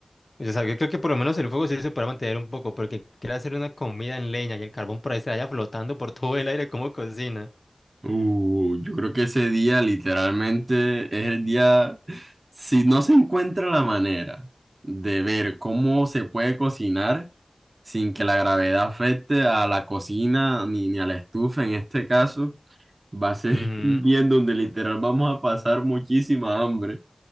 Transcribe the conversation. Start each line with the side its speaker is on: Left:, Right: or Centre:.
Left: O sea, yo creo que por lo menos el fuego sí se podrá mantener un poco, porque quiere hacer una comida en leña y el carbón por ahí se vaya flotando por todo el aire como cocina.
Right: Uh, yo creo que ese día literalmente es el día, si no se encuentra la manera de ver cómo se puede cocinar sin que la gravedad afecte a la cocina ni, ni a la estufa en este caso. Va a ser
Left: Ujú.
Right: <laughs> un día en donde literal vamos a pasar muchísima hambre.